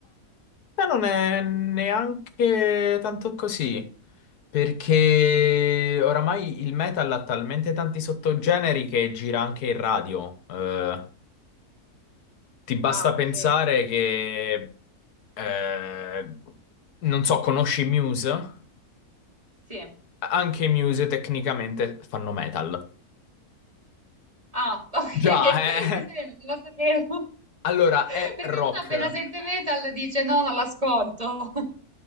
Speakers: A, on the left; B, on the right.
A: Ma non è neanche tanto così, perché oramai il metal ha talmente tanti sottogeneri che gira anche in radio. Eh, Ti basta
B: Ah, ok.
A: pensare che, eh, non so, conosci Muse?
B: Sì.
A: Anche i Muse tecnicamente fanno metal.
B: Ah, ok. <laughs>
A: Già,
B: Sì,
A: eh?
B: sì, non lo sapevo.
A: Allora, è
B: Perché
A: rock.
B: uno appena sente metal dice no, non l'ascolto. <laughs>